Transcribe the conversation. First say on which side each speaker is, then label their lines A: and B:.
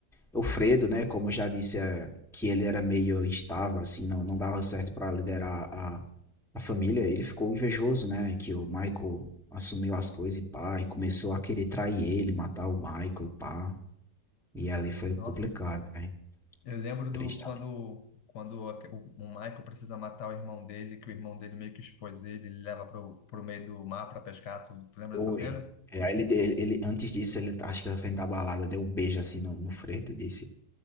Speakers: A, in the centre; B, on the left (about 70°).
A: o Fredo, né, como eu já disse, é, que ele era meio instável, assim, não, não dava certo pra liderar a, a família, ele ficou invejoso, né, que o Michael assumiu as coisas e pá, e começou a querer trair ele, matar o Michael e pá. E ali foi complicado,
B: Nossa,
A: né?
B: Eu lembro
A: Três
B: do
A: tá?
B: quando, quando a- o o Michael precisa matar o irmão dele, que o irmão dele meio que expôs ele, ele leva pro, pro meio do mar para pescar. Tu, tu lembra
A: Foi.
B: dessa cena?
A: É, aí ele, ele, ele- antes disso, ele acho que tá saindo da balada, deu um beijo assim no, no Freitas e disse: